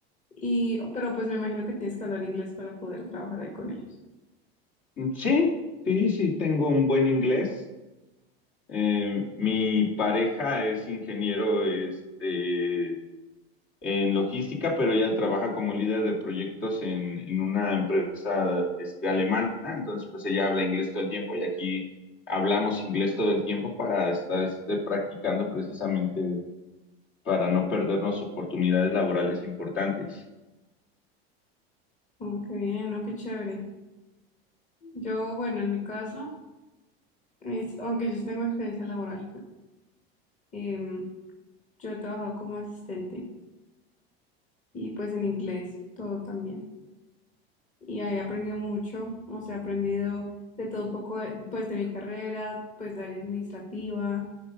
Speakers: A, on the left (about 25°); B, on the left (about 40°).
A: Y, pero pues me imagino que tienes que hablar inglés para poder trabajar ahí con ellos.
B: Mm, Sí, sí, sí, tengo un buen inglés. Eh, mi pareja es ingeniero, este, en logística, pero ella trabaja como líder de proyectos en, en una empresa este, alemana, entonces pues ella habla inglés todo el tiempo y aquí hablamos inglés todo el tiempo para estar este, practicando precisamente para no perdernos oportunidades laborales importantes.
A: Oh, qué bien, ¿no? Qué chévere. Yo, bueno, en mi caso, es- aunque yo sí tengo experiencia laboral, em, yo he trabajado como asistente y pues en inglés, todo también. Y ahí he aprendido mucho, o sea, he aprendido de todo un poco, de- pues de mi carrera, pues de área administrativa,